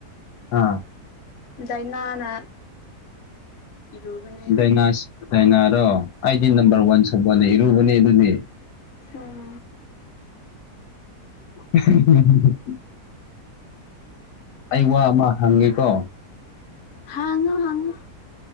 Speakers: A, on the left; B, on the left.
A: ꯑꯥ
B: ꯗꯥꯏꯅꯥꯅ ꯏꯔꯨꯕꯅꯦ ꯑꯩꯗꯤ
A: ꯗꯩꯅꯥꯁꯨ ꯗꯩꯅꯥꯔꯣ ꯑꯩꯗꯤ ꯅꯝꯕꯔ
B: ꯎꯝ
A: ꯋꯥꯟ ꯁꯕꯣꯟꯅ ꯏꯔꯨꯕꯅꯦ ꯑꯗꯨꯗꯤ
B: ꯎꯝ
A: <unintelligible> ꯑꯩ ꯋꯥ ꯑꯃ ꯍꯪꯒꯦꯀꯣ
B: ꯍꯥꯡꯉꯣ ꯍꯥꯡꯉꯣ